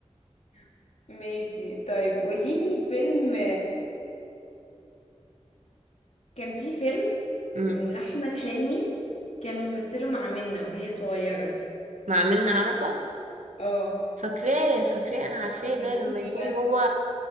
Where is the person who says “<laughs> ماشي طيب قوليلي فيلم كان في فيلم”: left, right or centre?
Left